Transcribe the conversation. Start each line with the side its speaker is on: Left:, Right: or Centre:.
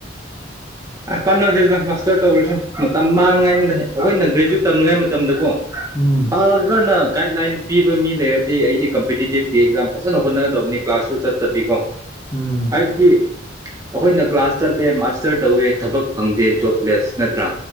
Left: <inaudible>
Right: ꯑ ꯀꯥꯟꯅꯗꯦꯗ ꯃꯥꯁꯇꯔ ꯇꯧꯔꯤꯁꯦ ꯃꯇꯝ ꯃꯥꯡꯉꯥꯏꯅꯤꯗ ꯑꯩꯈꯣꯏꯅ ꯒ꯭ꯔꯦꯖꯨꯋꯦꯠ ꯇꯝꯃꯤꯉꯥꯏ ꯃꯇꯝꯗ ꯀꯣ
Left: ꯎꯝ
Right: ꯑꯍꯜ ꯈꯔꯥꯅ ꯒꯥꯏꯠ ꯂꯥꯏꯟ ꯄꯤꯕ ꯃꯤ ꯂꯩꯔꯗꯤ ꯑꯩꯗꯤ ꯀꯝꯄꯤꯇꯤꯇꯤꯞꯀꯤ ꯑꯦꯛꯖꯥꯝ ꯐꯖꯅ ꯍꯣꯠꯅꯒꯗꯕꯅꯤ ꯀ꯭ꯂꯥꯁꯁꯨ ꯆꯠꯇꯕꯤꯀꯣ
Left: ꯎꯝ
Right: ꯍꯥꯏꯕꯗꯤ ꯑꯩꯈꯣꯏꯅ ꯀ꯭ꯂꯥꯁ ꯆꯠꯂꯦ ꯃꯥꯁꯇꯔ ꯇꯧꯋꯦ ꯊꯕꯛ ꯐꯪꯗꯦ ꯖꯣꯕꯂꯦꯁ ꯅꯠꯇ꯭ꯔꯥ